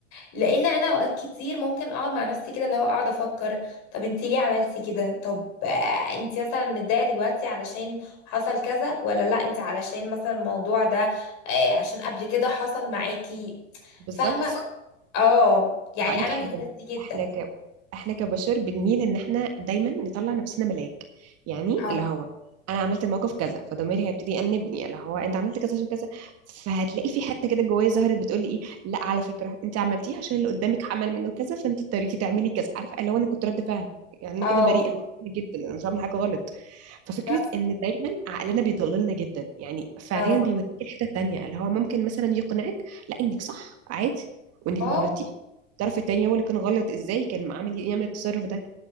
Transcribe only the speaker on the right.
بالظبط
هقولك
حاجة
احنا ك... احنا كبشر بنميل ان احنا دايما نطلع نفسنا ملاك يعني
اللي هو انا عملت الموقف كذا فضميري هيبتدي يأنبني اللي هو انت عملت كذا عشان كذا فهتلاقي في حتة كده جوايا ظهرت بتقولي ايه لا على فكرة انت عملتيها عشان اللي قدامك عمل منه كذا فانت اضطريتي تعملي كذا عارفة اللي هو انا كنت رد فعل يعني انا
كده بريئة جدا انا مش بعمل حاجة غلط ففكرة
ان دايما عقلنا بيضللنا جدا يعني فعليا
بيوديك الحتة التانية اللي هو ممكن مثلا يقنعك لا انك صح عادي وانك
مغلطتي الطرف التاني هو اللي كان غلط ازاي كان عامل إيه؟ يعمل التصرف ده